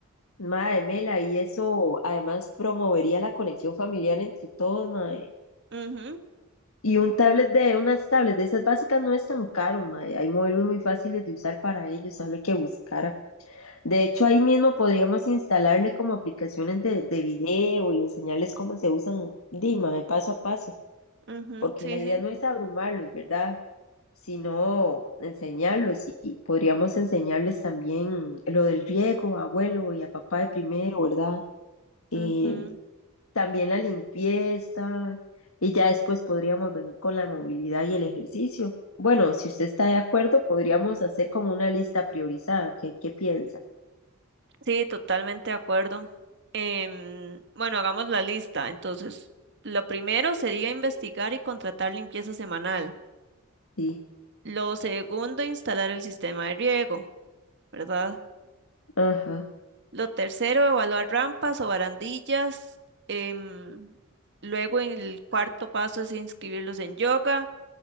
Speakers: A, on the left; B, on the right.
A: Mae, Mela, y eso además promovería la conexión familiar entre todos, mae.
B: Ujú.
A: Y un tablet de, unas tablets de esas básicas no es tan caro, mae. Hay modelos muy fáciles de usar para ellos, solo hay que buscar. De hecho, ahí mismo podríamos instalarle como aplicaciones de, de video y enseñarles cómo se usan, Dima, de paso a paso,
B: Ujú,
A: porque
B: sí,
A: la idea
B: sí.
A: no es abrumarlos, ¿verdad? Sino enseñarlos y y podríamos enseñarles también lo del riego, abuelo y a papá de primero, ¿verdad? Eh,
B: ujú.
A: también la limpieza y ya después podríamos venir con la movilidad y el ejercicio. Bueno, si usted está de acuerdo, podríamos hacer como una lista priorizada. ¿Qué, qué piensa?
B: Sí, totalmente de acuerdo. Em, bueno, hagamos la lista. Entonces, lo primero sería investigar y contratar limpieza semanal.
A: Sí,
B: Lo segundo, instalar el sistema de riego, ¿verdad?
A: ajá.
B: Lo tercero, evaluar rampas o barandillas. em, luego, en el cuarto paso es inscribirlos en yoga.